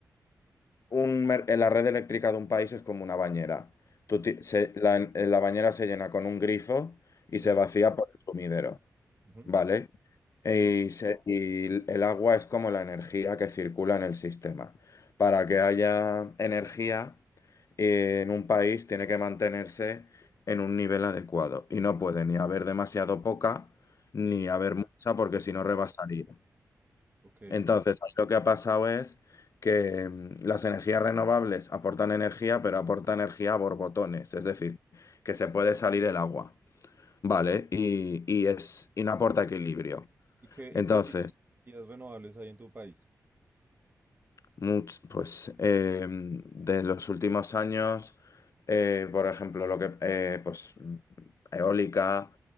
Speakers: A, on the left; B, on the right.
A: un mer- la red eléctrica de un país es como una bañera. Tú
B: ok.
A: ti- se- la, la bañera se llena con un grifo y
B: Sí,
A: se vacía por el sumidero,
B: ujú,
A: ¿vale? Y,
B: sí.
A: se- y l- el agua es como la energía que circula en el sistema. Para que haya energía eh, en un país tiene que mantenerse en un nivel adecuado y no puede ni haber demasiado poca ni
B: Ni
A: haber mucha porque
B: demasiado.
A: si no rebasaría.
B: Ok.
A: Entonces, ahí lo que ha pasado es que mm, las energías renovables aportan energía, pero aportan energía a borbotones, es decir, que se puede salir el agua, ¿vale? Y, y es, y no aporta equilibrio.
B: ¿Y qué,
A: Entonces,
B: y qué tipos de energías renovables hay en tu país?
A: much- pues eh, de los últimos años, eh, por ejemplo, lo que, eh, pues, mm, eólica,